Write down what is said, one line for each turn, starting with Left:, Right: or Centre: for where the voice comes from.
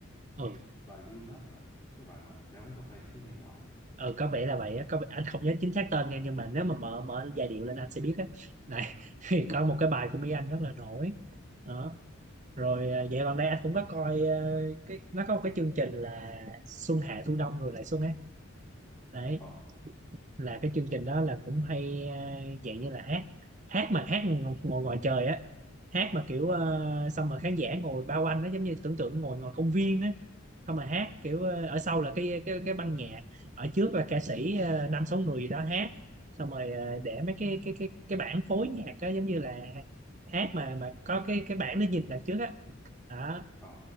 Right: ừ,
Left: bài Real Love thì phải cái bài mà ra quán cà phê em cứ nghe hoài luôn
Right: ừ có vẻ là vậy á có vẻ, anh không nhớ chính xác tên nha nhưng mà nếu mà mở mở giai điệu lên anh sẽ biết á này <laughs> thì
Left: ừ.
Right: có một cái bài của Mỹ Anh rất là nổi đó rồi à, dạo gần đây anh cũng có coi ờ, cái nó có một cái chương trình là xuân hạ thu đông rồi lại xuân đấy
Left: ờ
Right: là cái chương trình đó là cũng hay ờ, dạng như là hát hát mà hát ng- ngồi ngoài trời á hát mà kiểu
Left: ờ
Right: ờ, xong mà khán giả ngồi bao quanh nó giống như tưởng tượng ngồi ngoài công viên á xong mà hát kiểu ờ, ở sau là cái cái cái ban nhạc ở trước là ca sĩ ờ, năm sáu người gì đó hát xong rồi ờ, để mấy cái cái cái cái bảng phối nhạc á giống như là hát mà mà có cái cái bảng để nhìn đằng trước á đó.
Left: ờ